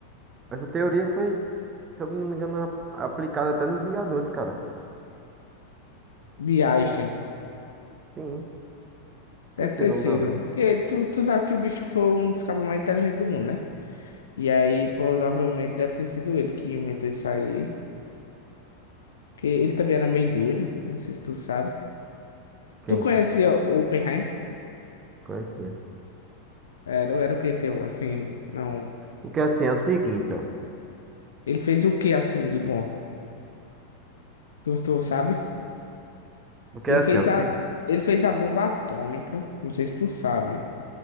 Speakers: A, on the right (about 25°); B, on the left (about 65°).
A: Essa teoria foi, se eu não me engano, a- aplicada até nos Vingadores, cara.
B: De Einstein.
A: Sim, esqueci
B: Deve ter
A: o nome
B: sido.
A: da lei.
B: Porque tu, tu sabe que o bicho foi um dos cabos mais inteligentes do mundo, né? E aí, provavelmente, deve ter sido ele que inventou isso aí. Porque ele também era meio doido, não sei se tu sabe.
A: Quem?
B: Tu conhecia o Oppenheim?
A: Conhecia.
B: Era, era o que teu, assim, não...
A: O que é assim é o seguinte, ó.
B: Ele fez o que, assim, de bom? Tu, tu sabe?
A: O que
B: Ele
A: é assim,
B: fez
A: ó. Se...
B: a... Ele fez a bomba atômica, não sei se tu sabe.